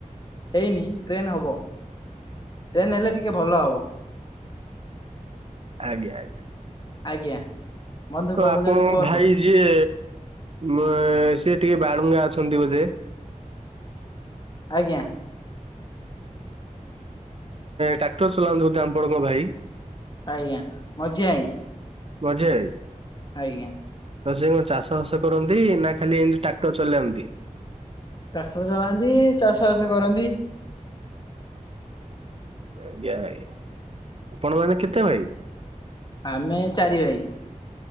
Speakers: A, on the left; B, on the right.
A: ହେଇନି ଡ୍ରେନ୍ ହବ ଡ୍ରେନ ହେଲେ ଟିକେ ଭଲ ହବ।
B: ଆଜ୍ଞା ଆଜ୍ଞା।
A: ଆଜ୍ଞା ବନ୍ଧୁ
B: ତ
A: କଁ
B: ଆପଣଙ୍କ
A: କହୁଚନ୍ତି କୁହନ୍ତୁ?
B: ଭାଇ ଯିଏ ଵ ସିଏ ଟିକେ ବାଳୁଙ୍ଗା ଅଛନ୍ତି ବୋଧେ
A: ଆଜ୍ଞା।
B: ଟ୍ରାକ୍ଟର୍ ଚଲାନ୍ତି ବୋଧେ ଆପଣଙ୍କ ଭାଇ।
A: ଆଜ୍ଞା ମଝିଆ ଭାଇ।
B: ମଝିଆ ଭାଇ।
A: ଆଜ୍ଞା।
B: ଆଉ ସେକଁ ଚାଷ ବାସ କରନ୍ତି ନାଖାଲି ଏମିତି ଟ୍ରାକ୍ଟର୍ ଚଲାନ୍ତି?
A: ଟ୍ରାକ୍ଟର୍ ଚଲାନ୍ତି, ଚାଷ ବାସ କରନ୍ତି।
B: ଆଜ୍ଞା ଆଜ୍ଞା ଆପଣ ମାନେ କେତେ ଭାଇ?
A: ଆମେ ଚାରି ଭାଇ।